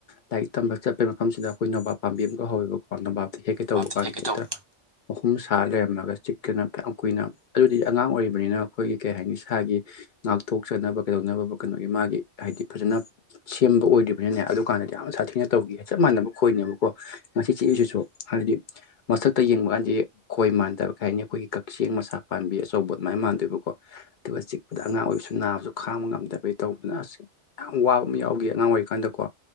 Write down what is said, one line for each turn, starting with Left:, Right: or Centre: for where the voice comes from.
Left: ꯂꯥꯏꯔꯤꯛ ꯇꯝꯕ ꯆꯠꯄꯩ ꯃꯐꯝꯁꯤꯗ ꯑꯩꯈꯣꯏ ꯅꯣꯕꯥ ꯄꯥꯝꯕꯤ ꯑꯃꯛ ꯍꯧꯋꯦꯕ ꯅꯣꯕꯥꯞꯇꯤ ꯍꯦꯛꯀꯦ ꯇꯧꯕ
Right: ꯍꯥꯞꯇꯤ
Left: ꯀꯥꯟꯗ
Right: ꯍꯦꯛꯀꯦ
Left: ꯍꯦꯛꯇ
Right: ꯇꯧꯕ
Left: ꯑꯍꯨꯝ ꯁꯥ ꯂꯩꯔꯝꯂꯒ ꯆꯤꯛꯀꯅꯌꯥꯝ ꯀꯨꯏꯅ ꯑꯗꯨꯗꯤ ꯑꯉꯥꯡ ꯑꯣꯏꯔꯤꯕꯅꯤꯅ ꯑꯩꯈꯣꯏꯒꯤ ꯀꯩ ꯍꯥꯏꯅꯤ ꯏꯁꯥꯒꯤ ꯉꯥꯛꯊꯣꯛꯆꯅꯕ ꯀꯩꯗꯧꯅꯕ ꯀꯩꯅꯣꯒꯤ ꯃꯥꯒꯤ ꯍꯥꯢꯗꯤ ꯐꯖꯅ ꯁꯦꯝꯕ ꯑꯣꯢꯗ꯭ꯔꯤꯕꯅꯤꯅꯅꯦ ꯑꯗꯨꯀꯥꯟꯗꯗꯤ ꯀꯌꯥꯝ ꯁꯥꯊꯤꯅ ꯇꯧꯒꯤꯌꯦ ꯆꯞ ꯃꯥꯟꯅꯕ ꯈꯣꯢꯅꯦꯕꯀꯣ ꯉꯁꯤ ꯆꯤꯛꯏꯁꯤꯁꯨ ꯍꯥꯢꯕꯗꯤ ꯃꯊꯛꯇ ꯌꯦꯡꯕ ꯀꯥꯟꯗꯗꯤ ꯈꯣꯢ ꯃꯥꯟꯗꯕ ꯀꯩ ꯍꯥꯢꯅꯤ ꯑꯩꯈꯣꯢꯒꯤ ꯀꯛꯆꯦꯡ ꯃꯁꯥ ꯄꯥꯟꯕꯤ ꯑꯁ ꯇꯧꯕ ꯑꯗꯨꯃꯥꯢꯅ ꯃꯥꯟꯗꯦꯕꯀꯣ ꯑꯗꯨꯒ ꯆꯤꯛꯄꯗ ꯑꯉꯥꯡ ꯑꯣꯏꯕꯁꯨ ꯅꯥꯕꯁꯨ ꯈꯥꯡꯕ ꯉꯝꯗꯕꯩ ꯇꯧꯗꯅ ꯑꯥꯁ ꯌꯥꯝ ꯋꯥꯕ ꯑꯃ ꯌꯥꯎꯒꯤ ꯑꯉꯥꯡ ꯑꯣꯢꯔꯤꯀꯥꯟꯗ ꯀꯣ